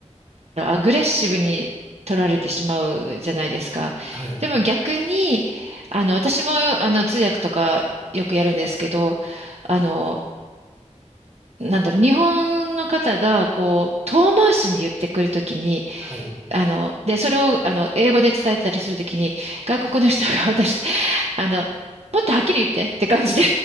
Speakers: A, on the right; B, on the right.
A: アグレッシブに取られてしまうじゃないですか。
B: はい。
A: でも逆に、あの、私も、あの、通訳とかよくやるんですけど、あの、なんだろう、日本の方が、こう、遠回しに言ってくるときに、
B: はい。
A: あの、で、それを、あの、英語で伝えてたりするときに、外国の人が私あの、もっとはっきり言ってって感じで